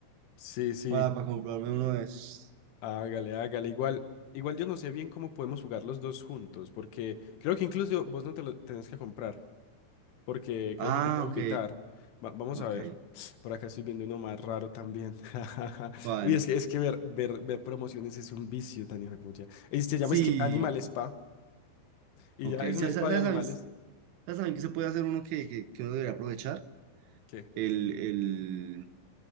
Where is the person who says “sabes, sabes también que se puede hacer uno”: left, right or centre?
Right